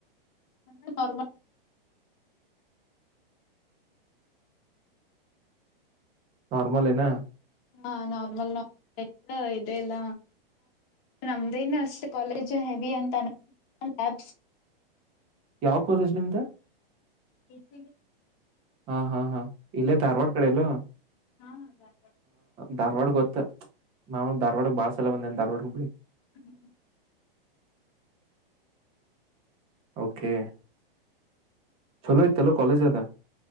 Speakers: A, on the left (about 25°); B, on the right (about 20°).
A: ನಂದ ಅವರ್ಬ
B: ನೋಾರ್ಮಲ್ ನ
A: ಹಾ ನಾರ್ಮಲ್ ನಾರ್ಮಲ್ ಇದೆಲ್ಲ ನಮ್ದೇನು ಅಷ್ಟ ಕಾಲೇಜು ಹೆವಿ ಅಂತಯಾ
B: ಯಾವ ಕಾಲೇಜ್ ನಿಮ್ದ
A: ಎಸ
B: ಹಾ ಹಾ ಹಾ ಇಲ್ಲೇ ಧಾರವಾಡ ಕಡೆಯಲ್ಲ
A: ಹಾ ಹ
B: ಧಾರವಾಡ ಗೊತ್ತ ನಾವು ಧಾರ್ವಾಡಗೆ ಬಾಸ್ ಚಲ ಬಂದವಾ ಬಿಡಿ
A: ಹ್ಮ
B: ಓಕೆ ಚಲೋಯ ತಲ ಕಲೆಜ ಅದ